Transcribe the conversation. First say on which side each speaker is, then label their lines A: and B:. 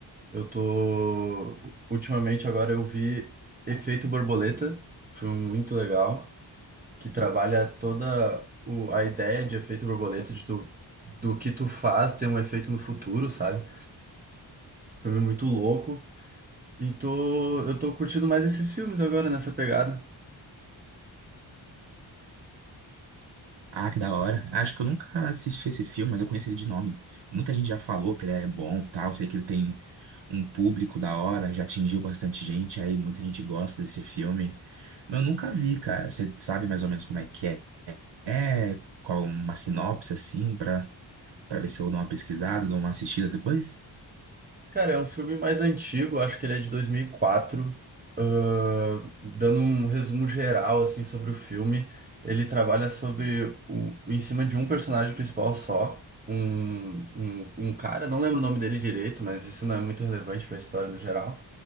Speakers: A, on the right; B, on the right.
A: Eu tô. Ultimamente agora eu vi Efeito Borboleta, um filme muito legal, que trabalha toda o... a ideia de efeito borboleta, de tu... do que tu faz ter um efeito no futuro, sabe? Filme muito louco. E tô... eu tô curtindo mais esses filmes agora nessa pegada.
B: Ah, que da hora. Acho que eu nunca assisti esse filme, mas eu conheci ele de nome. Muita gente já falou que ele é bom, e tal. Sei que ele tem um público da hora, já atingiu bastante gente, aí muita gente gosta desse filme. Mas eu nunca vi, cara. Você sabe mais ou menos como é que é? É, qual uma sinopse, assim, pra, pra ver se eu dou uma pesquisada, dou uma assistida depois?
A: Cara, é um filme mais antigo, acho que ele é de 2004. Ahn, dando um resumo geral assim sobre o filme, ele trabalha sobre o, em cima de um personagem principal só, um, um, um cara, não lembro o nome dele direito, mas isso não é muito relevante para a história no geral.